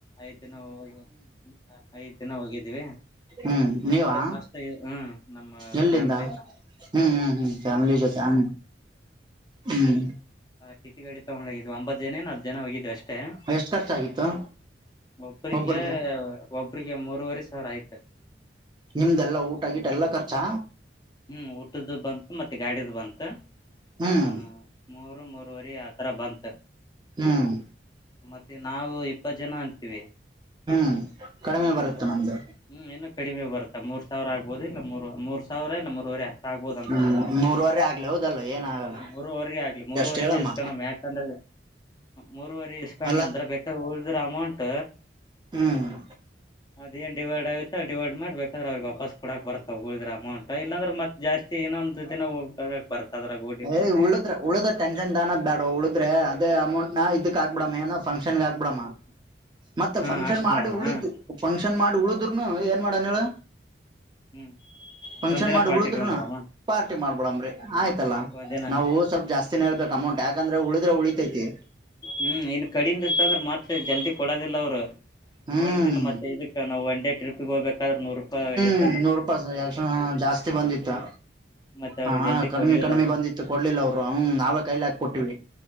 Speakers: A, on the left; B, on the right.
A: ಐದ್ ದಿನ ಹೋಗಿ ಐದ್ ದಿನ ಹೋಗಿದ್ದೀವಿ
B: ಹ್ಮ್
A: ಮಸ್ತ್
B: ನೀವಾ
A: ಮಸ್ತ್ ಹ್ಮ್ ನಮ್ಮ
B: ಎಲ್ಲಿಂದ
A: ಫ್ಯಾಮ್ಲಿನ
B: ಹ್ಮ್ ಹ್ಮ್ ಹ್ಮ್ ಫ್ಯಾಮಿಲಿ ಜೊತೆ ಹ ಹ್ಮ್
A: ಟಿ ಟಿ ಗಡಿ ತಗೊಂಡ ಹೋಗಿದ್ ಒಂಬತ್ ಜನೇ ನ ಹ ಜನ ಹೋಗಿದ್ ಅಷ್ಟೇ
B: ಎಷ್ಟು ಖರ್ಚಾಗಿತ್ತು
A: ಒಬ್ರಿಗೆ
B: ಒಬ್ಬ್ರಿಗೆ
A: ಒಬ್ರಿಗೆ ಮೂರರುವರೆ ಸಾವಿರ ಆಯ್ತು
B: ನಿಮ್ದೆಲ್ಲಾ ಊಟ ಗಿಟ ಎಲ್ಲಾ ಖರ್ಚಾ
A: ಹ್ಮ್ ಊಟದು ಬಂತು ಮತ್ತೆ ಗಾಡಿದು ಬಂತು
B: ಹ್ಮ್
A: ಹ್ಮ ಮೂರು ಮೂರವರಿ ಆತ ತರ ಬಂತ
B: ಹ್ಮ್
A: ಮತ್ತೆ ನಾವು ಇಪ್ಪತ್ ಜನ ಅಂತೀವಿ
B: ಹ್ಮ್ ಕಡಿಮೆ
A: ಹ್ಮ್
B: ಬರುತ್ತೆ ನಮ್ದು
A: ಹ್ಮ್ ಇನ್ನುೂ ಕಡಿಮೆ ಬರುತ್ತಾ ಮೂರ್ ಸಾವಿರ ಆಗ್ಬಹುದುುದ ಇಲ್ಲ ಮೂ ಮೂರ್ ಸಾವಿರ ಲ್ಲ ಮೂವರೆ ಅಷ್ಟ ಆಗ್ಬೋದು ಅನ್ಸುತ್ತ
B: ಹ್ಮ್
A: ನನಗ
B: ಮೂರವರೆ ಆಗ್ಲಿ ಹೌದಲ್ಲ ಏನ ಆಗಲ್ಲ
A: ಮೂರವರಿ ಆಗ್ಲಿ ಮೂರವರ
B: ಎಷ್ಟ್ ಹೇಳಮ್ಮ
A: ಇಸ್ಕ ಮ ಯಂದ್ರ ಮೂವರೆ ಇಸ್ಕೊಂಡ
B: ಅಲ್ಲ
A: ಅಂದ್ರ ಬೇಕ ಉಳ್ದ್ರ ಅಮೌಂಟ್
B: ಹ್ಮ್
A: ಅದ ಏನ್ ಡಿೈಡ್ ಆಗುತ್ತತ ಡಿವೈಡ್ ಮಾಡ್ಬೇಕಾದ್ರೆ ಅವಿಗೆ ವಾಪಸ್ಡಕ್ ಬತಾವ ಉಳಿದ್ರ ಅಮೌಟ್ ಇಲ್ಲಾಂದ್ರೆ ಮತ್ ಜಾಸ್ತಿ ಇನೊಂದು ದಿನ ಹೋಗ್ಬೇಕಕ್ ಬರ್ತದ್ರ ಗ
B: ಏ ಉಳಿದ್ರ ಉಳುದ್ರ ಟೆನ್ಷನ್ ದಾನದ್ ಬೇಡ ಉಳಿದ್ರ ಅದೇ ಅಮೌಂಟ್ ನಾ ಇದಕ್ಹಕ್ ಬಿಡ ಮ ಏನ ಫಂಕ್ಷನ್ ಆಕ್ಬಿಡಮ್ಮ ಮತ್ತೆ
A: ಹಾ
B: ಫಂಕ್ಷನ್
A: ಅಷ್ಟ್
B: ಮಾಡಿ
A: ಮಾಡಮ್ಮ
B: ಉಳಿದು ಫಂಕ್ಷನ್ ಮಾಡಿ ಉಳಿದರುನು ಏನ್ ಮಾಡಣ ಹೇಳ
A: ಹ್ಮ್
B: ಫಂಕ್ಷನ್
A: ಒಂದಿನ
B: ಮಾಡಿ
A: ಪಾರ್ಟಿ
B: ಉಳಿದ್ನು
A: ಇಟ್ಕೊಂಬಿಡಮ್ಮ
B: ಪಾರ್ಟಿ ಮಾಡ್ಬಿಡಂಬ್ರಿ
A: ಹ್ಮ್
B: ಆಯ್ತಲ್ಲಾ
A: ಒಂದಿನ
B: ನಾವು ಸ್ವಲ್ ಜಾಸ್ತಿನೇ ಹೇಬೇಕ ಅಮೌಂಟ್ ಯಕಂದ್ರ ಉದ್ರೆ ಉಳಿತೈತಿ
A: ಹ್ಮ್ ಇನ್ ಕಡಿಮೆ ಇತ್ತ ಅಂದ್ರೆ ಮತ್ತೆ ಜಲ್ದಿ ಕೊಡೋದಿಲ್ಲ ಅವ್ರು
B: ಹ್ಮ್
A: ನೋಡಿದಿಲ್ಲ ಮತ್ತೆ ಇದಕ್ ನಾವು ಒನ್ ಟ್ರಿಗೆಗೆ ಹ್ಬೇಕಾದ್ರ ನೂರು ರೂಪಾಯಿಷ್ಟು
B: ಹ್ಮ್ ನೂರು ರೂಪಾಯಿಕ್ಷ ಜಾಸ್ತಿ ಬಂದಿತ್ತು
A: ಮತ್ತೆ ಅವ್ರು
B: ಹಾ
A: ಜಲ್ದಿ
B: ಕಡಿಮೆ
A: ಕೊಡ್ಲಿಲ್ಲಲ್ಲ
B: ಕಡಿಮೆ ಬಂದಿತ್ತು ಕೊಡ್ಲಿಲ್ಲ ಅವರು ಹ ನಾವೇ ಕೈಲಿ ಹಾಕ ಕೊಟ್ಟಿವವಿ